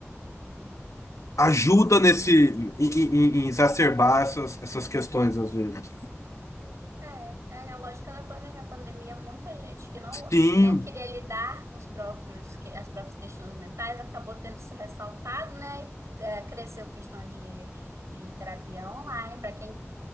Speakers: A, on the left (about 85°); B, on the right (about 80°).
A: ajuda nesse em, em- em- em exacerbar essas, essas questões às vezes.
B: É, é a lógica da pandemia. A pandemia, muita gente que não,
A: Sim,
B: não queria lidar com os próprios, que- as próprias questões mentais acabou tendo isso ressaltado, né? É, cresceu a questão de, de terapia online, para quem